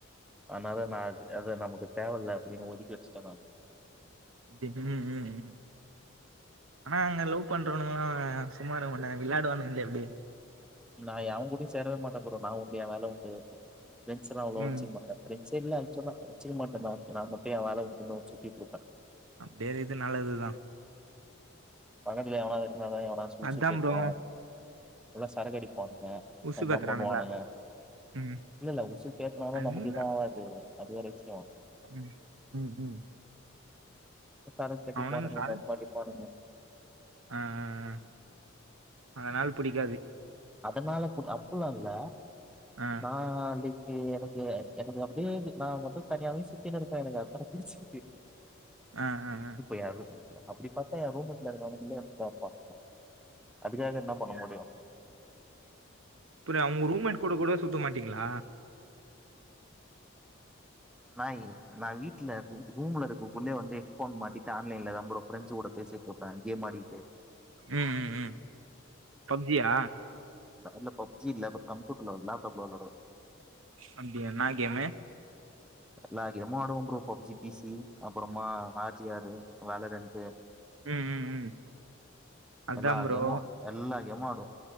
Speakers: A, in the centre; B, on the right.
A: அனால நான் அ அது நமக்கு தேவயில்ல அப்பிடின்னு ஒதுக்கி வச்சிட்டே நா
B: டி ம் ம் ம் ஆனா அங்க லவ் பண்றவனுங்கல்லா சும்மா இருக்கமாட்டா விளையாடுவானுங்க இல்ல எப்பிடி
A: நா யவங்கூடயு சேரவே மாட்டடே புரோ நா உண்டு ஏ வேல உண்டு பிரெண்ட்ஸ்லா அவ்ளோ
B: ம்
A: வச்சிக்கமாட்ட சே இல்ல ஆக்சுவலா வச்சுக்க மாட்டேதா நா மட்டு ஏ வேல உண்டுன்னு சுத்திட்டு இருப்பே
B: வேறு இது நல்லதுதா
A: பக்கத்துல எவனாது இரு இல்ல அவ எவனாது
B: அதா
A: உசுபேத்துவான்
B: ப்ரோ
A: நல்லா சரக்கடி பானுங்க
B: உசு
A: எல்லா
B: பாத்துறானுங்களா
A: பண்ணுவானுங்க
B: ம்
A: இல்ல இல்ல உசுப்பேத்தனாளு
B: அல்லா
A: நமக்கெது ஆகாது அது வேற விஷ்யோ
B: ம் ம் ம்
A: சரக்கு அடிப்பானுங்க
B: அவனுங்க சார
A: தம் அடிப்பானுங்க
B: ஆ ஆ அதனால புடிக்காது
A: அதனால பு அப்புல்லா இல்ல
B: ஆ
A: நா அடி எனக்கு எனக்கு அப்பிடியே நா மட்டு தனியாவே சுத்தினு இருப்பே எனக்கு அத்தா புடிச்சிருக்கு
B: ஆ ஆ ஆ
A: இப்ப யாருமே குடுக்க அப்பிடி பத்தா ஏ ரூம் <unintelligible> அதுக்காக என்ன பண்ண முடியு
B: ப்பரே அவுங்க ரூம்மேட் கூட கூட சுத்தமாட்டீங்களா
A: நாய் நா வீட்டுல இரு ரூம்ல இருக் கூகுளே வந்து ஹெட்ஃபோன் மாட்டிட்டு ஆன்லைன்ல தான் ப்ரோ ஃப்ரண்ட்ஸ் கூட பேசிட்டுருப்பே கேம் ஆடி
B: ம் ம் ம் பப்ஜியா
A: அவ்ல பப்ஜி இல்ல கம்ப்யூட்டர்ல லேப்டாப்ல விளாடுவேன்.
B: அப்பிடியா என்னா கேமு
A: எல்லா கேமு ஆடுவோ ப்ரோ பப்ஜி பிசி அப்புறமா ஆச்சிஆரு வேலை ரென்ட்டு
B: ம் ம் ம் அதா
A: எல்லா
B: ப்ரோ
A: கேமு எல்லா கேமு மாடுவோ